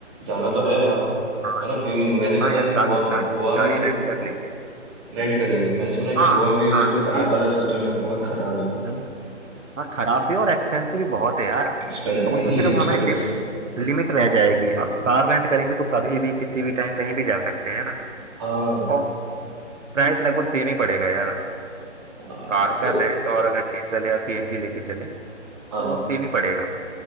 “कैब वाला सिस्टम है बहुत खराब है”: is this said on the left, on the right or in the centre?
Right